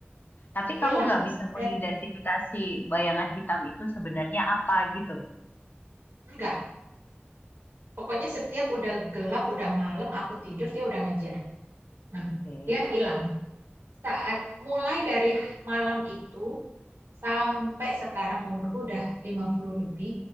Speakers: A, on the left; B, on the right.
A: Tapi
B: Hilang.
A: kamu nggak bisa mengidentifikasi
B: Dan
A: bayangan hitam itu sebenarnya apa gitu?
B: enggak. Pokoknya setiap udah gelap, udah malam, aku tidur, dia udah ngejar. Nah,
A: Oke.
B: dia hilang. Saat mulai dari malam itu sampai sekarang umurku udah 50 lebih,